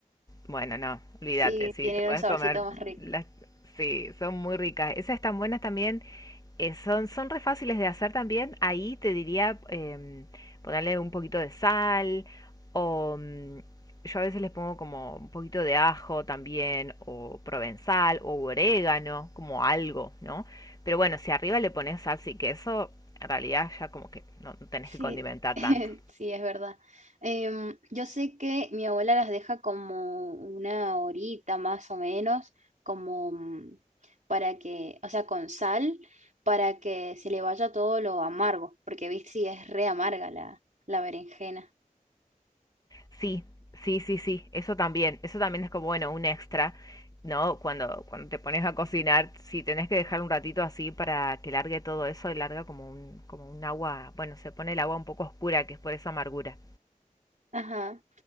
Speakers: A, on the left; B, on the right.
A: Bueno, no, olvídate,
B: Sí,
A: sí,
B: tienen
A: te puedes
B: un saborcito
A: comer
B: más
A: las... Sí, son muy ricas. Esas están buenas también. eh, son, son re fáciles de hacer también. Ahí te diría em, ponerle un poquito de sal o mm, yo a veces les pongo como un poquito de ajo también o provenzal o orégano, como algo, ¿no? Pero bueno, si arriba le pones salsa y queso, en realidad ya como que no, no tenés
B: Sí,
A: que condimentar
B: <laughs>
A: tanto.
B: sí, es verdad. Em, yo sé que mi abuela las deja como una horita más o menos, como mm, para que, o sea, con sal, para que se le vaya todo lo amargo, porque viste, sí, es re amarga la, la berenjena.
A: Sí, sí, sí, sí, eso también, eso también es como, bueno, un extra, ¿no? Cuando, cuando te pones a cocinar, si tenés que dejar un ratito así para que largue todo eso y larga como un, como un agua, bueno, se pone el agua un poco oscura, que es por esa amargura.
B: Ajá.